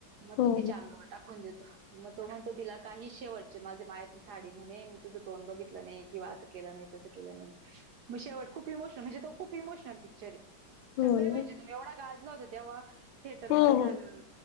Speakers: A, on the right; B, on the left.
A: मग
B: हो
A: तो तिच्या
B: हो
A: अंगावर टाकून देतो. मग तो म्हणतो तिला, काही शेवटचे माझे मायेरची साडी म्हणे, मी तुझं तोंड बघितलं नाही, किंवा असंऽ केलं नाही, तस केलं नाही. म्ह शेवट खूप इमोशनल, म्हणजे तो खूप इमोशनल पिक्चर आहे,
B: हो
A: सगळे
B: ना
A: म्हणजेऽ एवढा गाजला होता तेव्हाऽ थिएटर
B: हो
A: मध्ये
B: हो
A: झालेलं,